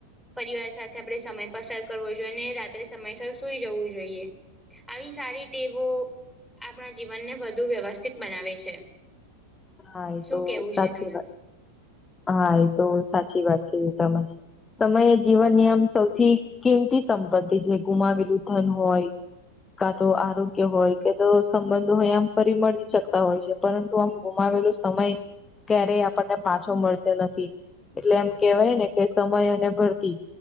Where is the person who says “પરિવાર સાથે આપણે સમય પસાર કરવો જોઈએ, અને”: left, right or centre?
Centre